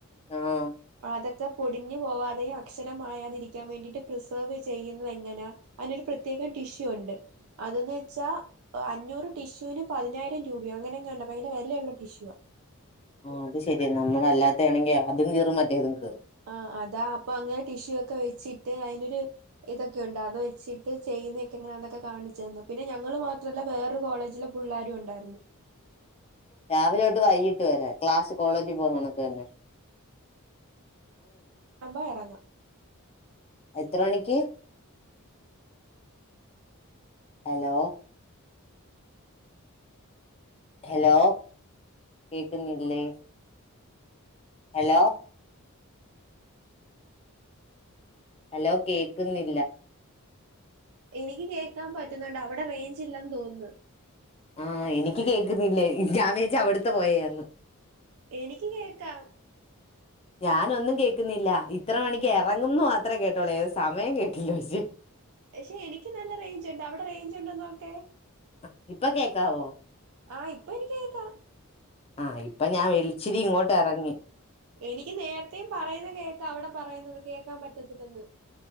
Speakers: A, on the left (about 25°); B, on the right (about 70°).
A: ആഹ്
B: അതൊക്കെ പൊടി ടിഞ്ഞു പോവാതെയു അക്ഷരമായയാതിരിക്കാൻ വേണ്ടിട്ട് പ്രിസർവ് ചെയ്യുന്നത് എങ്ങനാ അതിനൊരു പ്രത്യേകം ടിഷ് ഷ്യു ണ്ട് അത് ന്നെച്ചാ അഞ്ഞൂറ് ടിഷ്യൂന് പതിനായിരം രൂപയോ അങ്ങനെങ്ങാണ്ട ഭയങ്കര വെലള്ള ടിഷ്യൂ ഇവ
A: ആ അത് ശരിയ നമ്മളല്ലാത്ത ആണെങ്കി അതും കീറും മറ്റേതും കീ
B: ആ അതാ അപ്പൊ അങ്ങനെ ടിഷ്യൂ ക്കെ വെച്ചിട്ട് അയ്നൊര് ഇതൊക്കെയുണ്ട് അത് വെച്ചിട്ട് ചെയ്യുന്നൊക്കെങ്ങനാണ് ന്നൊക്കെ കാണിച്ചന്നു പിന്നെ ഞങ്ങ ങ്ങൾ മാത്രല്ല വേറൊരു കോളേജിലെ പുള്ളേരുണ്ടായിരുന്നു
A: രാവിലൊട്ട് വൈകീട്ട് വരെ ക്ലാസ് കോളേജി പോവ്ന്നന്നൊക്കെന്നെ.
B: അമ്പ എറങ്ങാ
A: എത്ര മണിക്ക് ഹലോ ഹലോ കേക്ക്ന്നില്ലേ ഹലോ ഹലോ കേക്ക്ന്നില്ല
B: എനിക്ക് കേക്കാൻ പറ്റ്ന്നുണ്ട് അവിടെ റേഞ്ച് ഇല്ലന്ന് തോന്ന്ന്നു
A: ആ എനിക്ക് കേക്കുന്നില്ലേ ഞാൻ വേച് അവ്ട്ത്തെ പോയേന്ന്
B: എനിക്ക് കേക്കാം
A: ഞാനൊന്നും കേക്ക്ന്നില്ല ഇത്ര മണിക്ക് എറങ്ങുംന്ന് മാത്രേ കേട്ടൊള്ളേ ഏത് സമയം കേട്ടില്ല ഷെ
B: പക്ഷെ എനിക്ക് നല്ല റേഞ്ച് ണ്ട് അവിടെ റേഞ്ച് ഉണ്ടോനോക്കെ
A: അ ഇപ്പൊ കേക്കാവോ
B: ആ ഇപ്പൊ എനിക്ക് കേക്കാ
A: ആ ഇപ്പൊ ഞാൻ വെളിച്ചിരിങ്ങോട്ടെറങ്ങി
B: എനിക്ക് നേരത്തെയും പറയുന്ന കേക്കാ അവിടെ പറയുന്നത് കേക്കാൻ പറ്റത്തില്ലെന്ന്